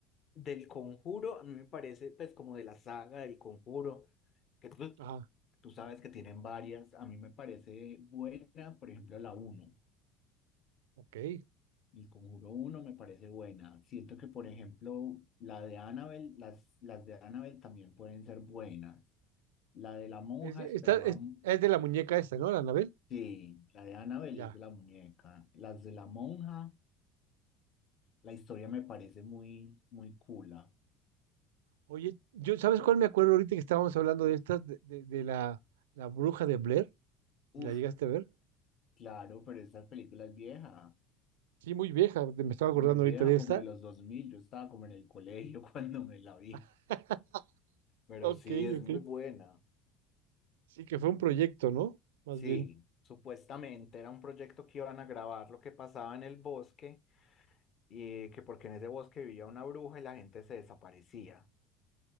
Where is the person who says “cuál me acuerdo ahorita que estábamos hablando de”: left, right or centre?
Right